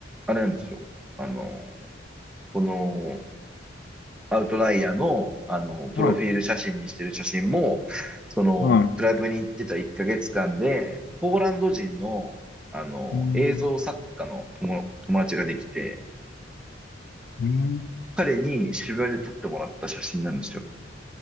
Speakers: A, in the centre; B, on the left.
A: あれなんですよ。あの、このアウトライヤーの、あの、プロフィール写真にしてる写真も、
B: はい。
A: その、
B: はい。
A: クラブに行ってた1ヶ月間で、ポーランド人の、あの、
B: うん。
A: 映像作家の友、友達ができて、
B: ね
A: 彼に渋谷で撮ってもらった写真なんですよ。